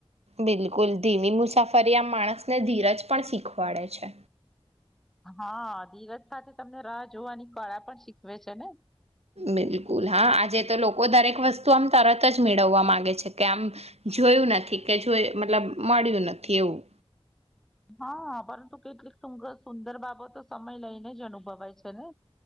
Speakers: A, on the right; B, in the centre.
A: બિલકુલ ધીમી મુસાફરી આ માણસને ધીરજ પણ શીખવાડે છે
B: હા ધીરજ સાથે તમને રાહ જોવાની કળા પણ શીખવે છે ને
A: બિલકુલ હા આજે તો લોકો લોકો દરેક વસ્તુ આમ તરત જ મેળવવા માંગે છે કે આમ જોયું નથી કે જોય મતલબ મળ્યું નથી એવું
B: હા પરંતુ કેટલીક સુંર સુંદર બાબતો સમય લઈને જ અનુભવાય છે ને